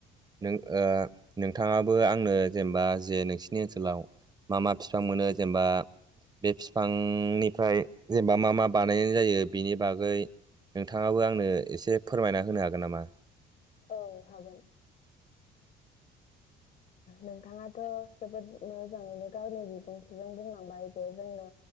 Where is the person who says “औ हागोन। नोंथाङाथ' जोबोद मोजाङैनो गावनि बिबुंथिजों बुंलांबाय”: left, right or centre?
Left